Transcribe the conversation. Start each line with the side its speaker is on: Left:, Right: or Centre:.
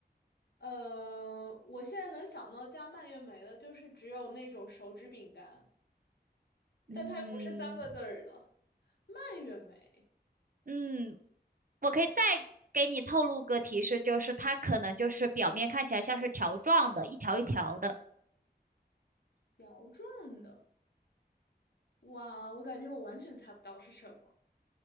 Left: 呃，我现在能想到加蔓越莓的，就是只有那种手指饼干，
Right: 嗯
Left: 但它又不是三个字儿的蔓越莓，
Right: 嗯，我可以再给你透露个提示，就是它可能就是表面看起来像是条状的，一条一条的。
Left: 条状的。哇，我感觉我完全猜不到是什么。